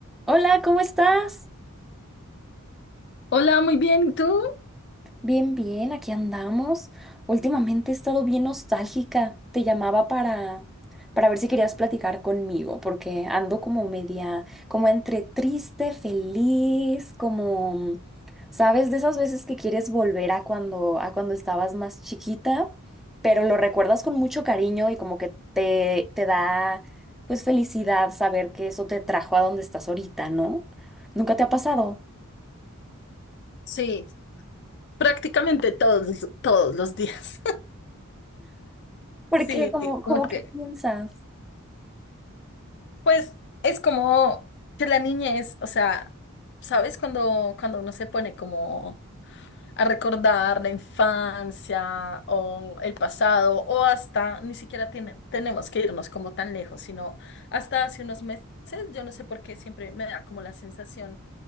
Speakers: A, in the centre; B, on the left.
A: Hola, ¿cómo estás?
B: Hola, muy bien, ¿y tú?
A: Bien, bien, aquí andamos. Últimamente he estado bien nostálgica. Te llamaba para para ver si querías platicar conmigo, porque ando como media, como entre triste, feliz, como, ¿sabes? De esas veces que quieres volver a cuando a cuando estabas más chiquita, pero lo recuerdas con mucho cariño y como que te te da pues felicidad saber que eso te trajo a donde estás ahorita, ¿no? ¿Nunca te ha pasado?
B: Sí, prácticamente todos, todos los días.
A: ¿Por
B: <laughs> Sí,
A: qué? ¿Cómo, cómo
B: como que,
A: qué piensas?
B: pues es como que la niñez, o sea, ¿sabes? Cuando, cuando uno se pone como a recordar la infancia o el pasado o hasta, ni siquiera tiene- tenemos que irnos como tan lejos, sino hasta hace unos meses, yo no sé por qué siempre me da como la sensación,